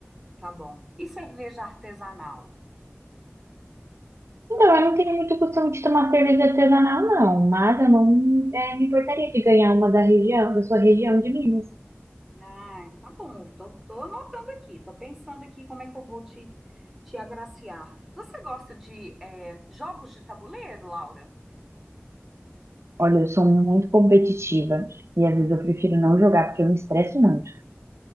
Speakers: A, in the centre; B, on the right.
A: tá bom. E cerveja artesanal?
B: Então, eu não tenho muito costume de tomar cerveja artesanal, não, mas eu não eh, me importaria de ganhar uma da região, da sua região de Minas.
A: Ah, tá bom. Tô, tô anotando aqui. Tô pensando aqui como é que eu vou te, te agraciar. Você gosta de eh, jogos de tabuleiro, Laura?
B: Olha, eu sou muito competitiva e às
A: Hum.
B: vezes eu prefiro não jogar porque eu me estresso muito.